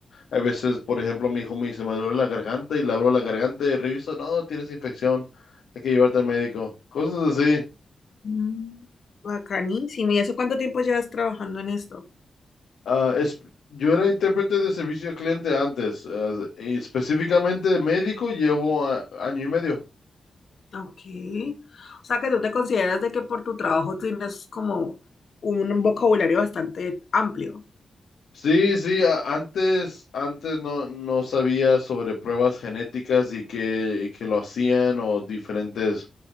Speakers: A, on the left; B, on the left.
A: A veces, por ejemplo, mi hijo me dice, me duele la garganta y le abro la garganta y reviso, no, tienes infección, hay que llevarte al médico. Cosas así.
B: Mm, Bacanísimo. ¿Y hace cuánto tiempo llevas trabajando en esto?
A: Ah, es, yo era intérprete de servicio al cliente antes, ah, y específicamente médico llevo a- año y medio.
B: Ok. O sea, que tú te consideras de que por tu trabajo tienes como un vocabulario bastante amplio.
A: Sí, sí, a- antes, antes no, no sabía sobre pruebas genéticas y que, y que lo hacían o diferentes